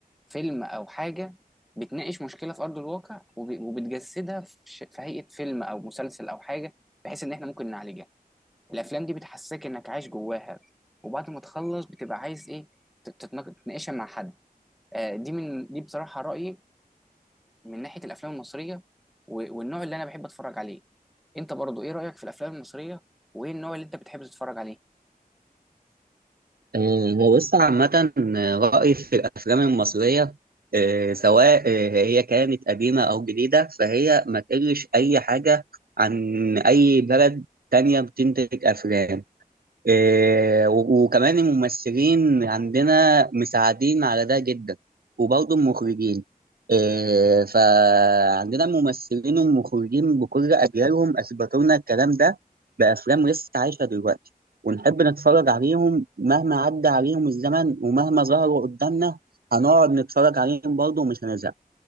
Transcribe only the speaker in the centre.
فيلم أو حاجة بتناقش مشكلة في أرض الواقع وب... وبتجسدها في, ش... في هيئة فيلم أو مسلسل أو حاجة بحيث إن احنا ممكن نعالجها الافلام دي بتحسسك انك عايش جواها وبعد ما تخلص بتبقى عايز ايه تت- تتناق- تتناقشها مع حد آه، دي من دي بصراحه رايي من ناحيه الافلام المصريه و- والنوع اللي انا بحب اتفرج عليه انت برضو ايه رايك في الافلام المصريه وايه النوع اللي انت بتحب تتفرج عليه